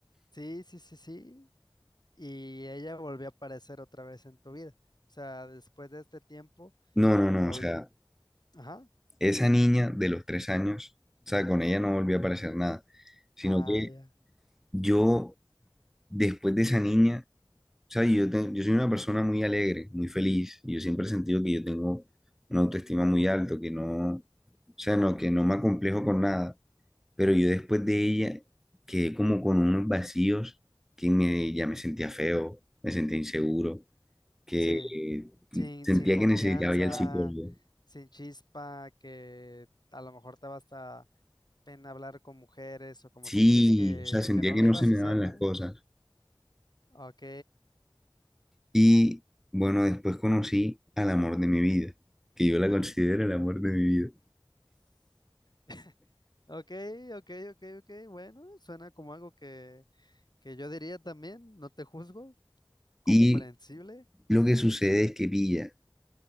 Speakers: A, on the left; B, in the centre.
A: Sí, sí, sí, sí. Y ella volvió a aparecer otra vez en tu vida. O sea, después de este tiempo,
B: No, no, no,
A: vol...
B: o sea,
A: Ajá.
B: esa niña de los tres años, o sea, con ella no volví a aparecer nada, sino
A: Ah,
B: que
A: ya.
B: yo, después de esa niña, o sea, yo, te- yo soy una persona muy alegre, muy feliz, y yo siempre he sentido que yo tengo una autoestima muy alto que no, o sea, no, que no me acomplejo con nada. pero yo después de ella quedé como con unos vacíos que me, ya me sentía feo, me sentía inseguro, que
A: Sí,
B: eh,
A: sin,
B: sentía
A: sin confianza,
B: que necesitaba ya el psicólogo.
A: sin chispa, que a lo mejor te va hasta pena hablar con mujeres o como
B: Sí,
A: sentías que,
B: o sea, sentía
A: que no
B: que
A: la
B: no
A: ibas
B: se me
A: a hacer,
B: daban las
A: ¿no?
B: cosas.
A: Ok.
B: Y bueno, después conocí al amor de mi vida, que yo la considero el amor de mi vida.
A: <laughs> Ok, ok, ok, ok. Bueno, suena como algo que, que yo diría también, no te juzgo, comprensible,
B: Y lo que sucede es que pilla.